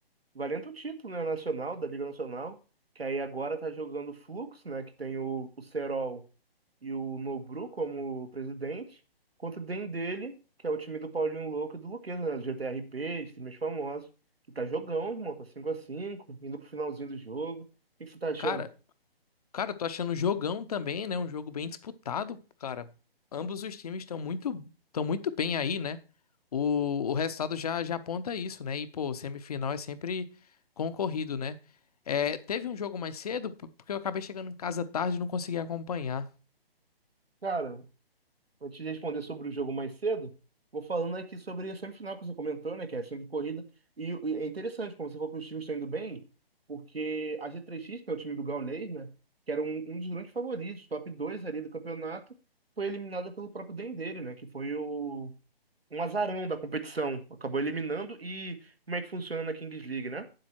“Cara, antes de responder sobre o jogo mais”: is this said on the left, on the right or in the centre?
Right